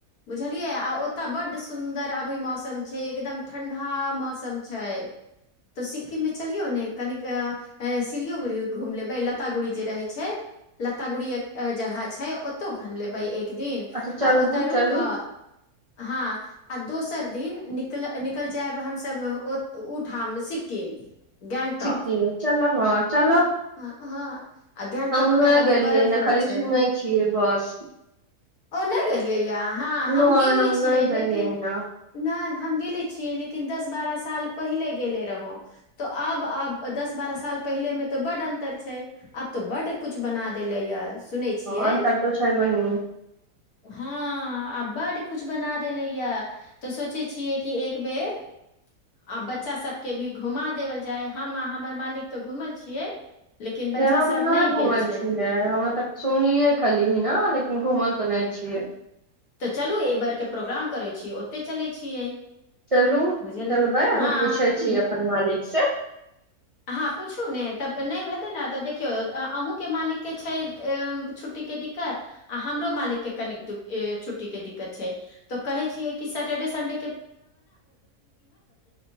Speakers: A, on the left (about 70°); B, on the right (about 55°).
A: बुझलियै आ ओत बड सुन्दर अभी मौसम छै एकदम ठंडा मौसम छै तो सिक्किम मे चलियौ ने कनिक सिलोगुड़ी घूम लेबे लता गुड़ी जे रहे छै लता गुड़ी जगह छै ओतौ घूम लेबे एक दिन
B: अच्छा
A: आ
B: चलबू
A: ओतय रुक
B: चलू
A: कऽ हँ आ दोसर दिन निकल निकल जायब हमस उठाम सिक्किम गैंगटॉक
B: सिक्किम चलअ हँ चल
A: हँ आ गैंगटॉक
B: हम नहि
A: मे अभी
B: गेलियैना
A: बर्फ उरफ
B: खाली
A: छै
B: सुनै छियै बस
A: ओ नहि गेलियै यए हँ हम
B: नहि
A: गेले छियै
B: नहि
A: लेकिन
B: गेलियै ने
A: नहि हम गेले छियै लेकिन दस बारह साल पहिले गेले रहौ तो आब आब दस बारह साल पहिले में तऽ बडड अंतर छै आब तो बड कुछ बना देले ये सुनै छियै
B: हँ अन त तो छाय बहिन
A: हँ आ बड्ड किछु बना देलैए तऽ सोचै छियै कि एक बेर आ बच्चा सभके भी घुमा देवल जाय हम आ हमर मालिकके घूमल छियै लेकिन बच्चा
B: हम
A: सब
B: नहि
A: गेल
B: घुमल
A: छै
B: छियै हमे तऽ सुनलियै खली ने लेकिन घुमल सुनै छियै
A: तऽ चलू एहि बेर के प्रोग्राम करै छि यै ओते चले छियै
B: चलू
A: बुझलियै
B: चलबै हम
A: हँ
B: पूछै छी अपन मालिक स
A: हँ पूछू ने तब नहि हेते ने तऽ देखियौ अहूँ के मालिक के छै छुट्टी के दिक्कत आ हमरो मालिक के कन छुट्टी के दिक्कत छै तो कहे छियै कि सेटर्डे सडे